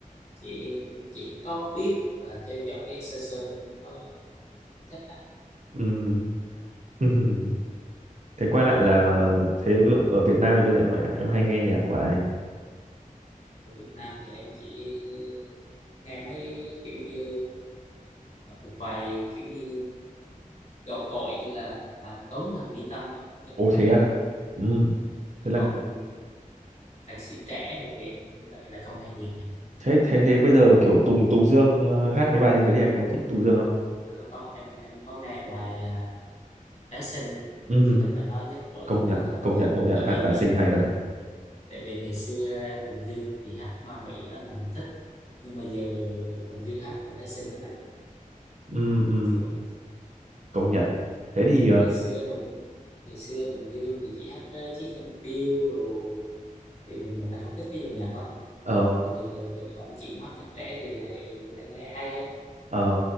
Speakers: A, on the left; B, on the right.
A: chị chị có biết và theo dõi sơ sơ không có thích anh
B: Ừm. <laughs> thế quay lại là thế ở Việt Nam thì bây giờ em em hay nghe nhạc của ai
A: ở Việt Nam thì em chỉ nghe mấy kiểu như một vài kiểu như gạo cội như là Anh Tuấn hay là Mỹ Tâm thôi chứ
B: ồ
A: còn
B: thế à Ừm.
A: chứ
B: thế là
A: còn
B: kiểu-
A: nhạc sĩ trẻ rồi thì em lại lại không nghe nhiều nha
B: thế thế thế bây giờ kiểu Tùng Tùng Dương ờ, hát mấy bài như thế thì em có thích Tùng Dương không
A: có có em em có nghe bài à, Tái sinh á.
B: Ừm.
A: chị thích bài đó nhất của
B: công
A: Tùng
B: nhận
A: Dương thôi
B: công nhận
A: tại
B: công nhận
A: tại
B: hát
A: vì
B: tài
A: ngày
B: sinh hay thật đấy
A: tại vì ngày xưa Tùng Dương thì hát ma Mỹ là mình không thích nhưng mà giờ Tùng Dương hát là tái sinh nó lại thích
B: Ừm, ừm,
A: chưa vậy
B: công nhận thế thì
A: ngày
B: ờ,
A: xưa Tùng ngày xưa Tùng Dương thì chỉ hát ờ, chiếc khăn piêu rồi thì, thì mình là không thích cái dòng nhạc đó
B: ờ,
A: Nhưng mà giờ ông chuyển qua hát nhạc trẻ thì lại mình lại nghe hay hơn
B: Ờ,